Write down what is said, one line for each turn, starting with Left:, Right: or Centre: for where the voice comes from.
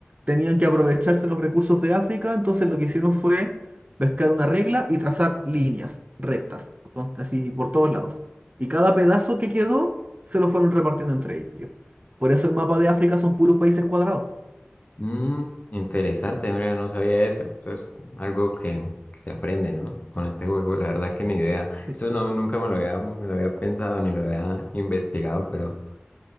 Right: tenían que aprovecharse los recursos de África, entonces lo que hicieron fue pescar una regla y trazar líneas rectas, con- así por todos lados. Y cada pedazo que quedó se lo fueron repartiendo entre ellos. Por eso el mapa de África son puros países cuadrados.
Left: Mm, interesante, mira, no sabía eso. Eso es algo que, que se aprende, ¿no? Con este juego, la verdad que ni idea.
Right: Sí,
Left: Eso no, nunca me lo había, me lo había pensado ni lo había investigado, pero